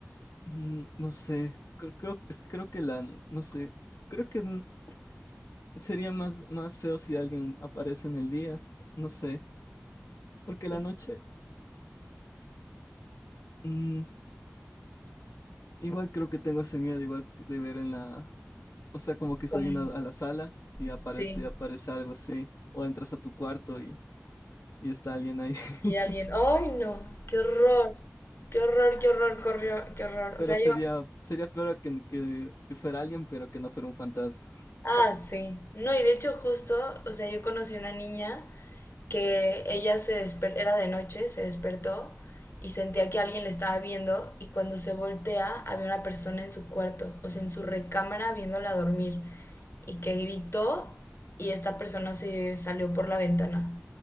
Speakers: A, on the left; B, on the left.
A: Mm, No sé, creo, creo- es que creo que la, no sé, creo que n- sería más, más feo si alguien aparece en el día, no sé, porque
B: Pues,
A: la noche, mm, igual creo que tengo ese miedo, igual de ver en la, o sea, como que estás
B: como,
A: yendo a la sala y aparece,
B: sí,
A: aparece algo así, o entras a tu cuarto y, y está alguien ahí, <laughs>
B: y alguien, ay no, qué horror, qué horror, qué horror, corrió, qué horror.
A: pero
B: O sea,
A: sería,
B: yo,
A: sería peor que, que, que fuera alguien, pero que no fuera un fantasma.
B: ah, sí. No, y de hecho justo, o sea, yo conocí una niña que ella se desper era de noche, se despertó y sentía que alguien le estaba viendo y cuando se voltea había una persona en su cuarto, o sea, en su recámara viéndola dormir y que gritó y esta persona se salió por la ventana.